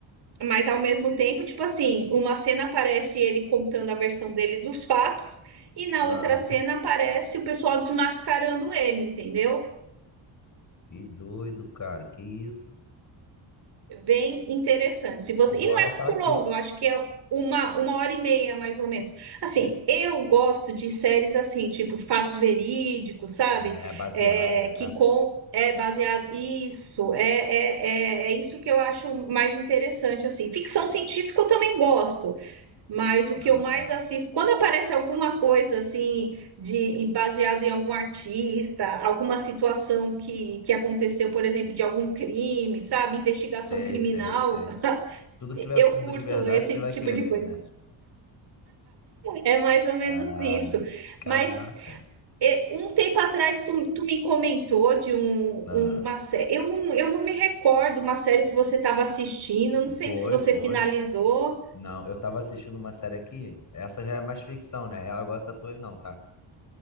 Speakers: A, on the right (about 55°); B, on the left (about 40°).
A: Mas ao mesmo tempo, tipo assim, uma cena aparece ele contando a versão dele dos fatos, e na
B: Ah,
A: outra cena aparece o pessoal desmascarando ele, entendeu?
B: que doido, cara, que isso?
A: É Bem interessante. Se você...
B: Pô,
A: E
B: vou
A: não
B: anotar
A: é muito
B: aqui.
A: longo, eu acho que é uma, uma hora e meia, mais ou menos. Assim, eu gosto de séries assim, tipo fatos verídicos, sabe?
B: É, baseado,
A: É,
B: é.
A: que com é baseado. Isso, é, é, é, é isso que eu acho mais interessante, assim. Ficção científica eu também gosto. Mas o que
B: Ah,
A: eu mais
B: tá.
A: assisto, quando aparece alguma coisa assim de baseado em algum artista, alguma situação que, que aconteceu, por exemplo, de algum crime, sabe, investigação
B: Sei,
A: criminal,
B: sei, sei. Tudo
A: eu
B: que tiver fundo
A: curto
B: de verdade,
A: esse
B: você vai
A: tipo
B: querer,
A: de coisa.
B: né?
A: É mais ou menos
B: Ah,
A: isso.
B: caraca.
A: Mas é, um tempo atrás tu, tu me comentou de um,
B: Ah,
A: um, uma série. Eu não, eu não me recordo uma série que você estava assistindo. Eu não sei
B: foi,
A: se você
B: foi.
A: finalizou.
B: Não, eu tava assistindo uma série aqui. Essa já é mais ficção, né? É Real, igual essa tua aí não, tá?